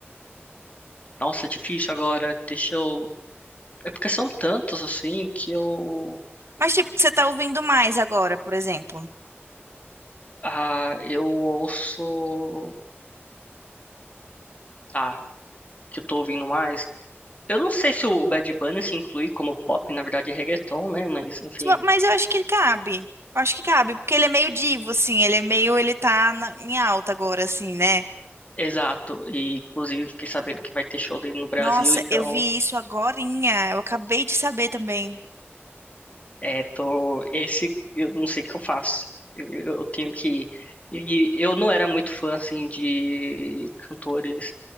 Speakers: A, on the left; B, on the right.
A: Nossa, difícil agora. Deixa eu. É porque são tantos assim que eu.
B: Mas tipo, o que você tá ouvindo mais agora, por exemplo?
A: Ah, eu ouço. tá, que eu tô ouvindo mais. Eu não sei se o Bad Bunny se inclui como pop, na verdade é reggaeton, né? Mas, enfim,
B: Mas eu acho que cabe. Eu acho que cabe, porque ele é meio divo, assim. Ele é meio. Ele tá na- em alta agora, assim, né?
A: exato. E, inclusive, fiquei sabendo que vai ter show dele no Brasil,
B: Nossa,
A: então,
B: eu vi isso agorinha. Eu acabei de saber também.
A: é, tô... Esse, eu não sei o que eu faço. Eu, eu tenho que... E eu não era muito fã, assim, de cantores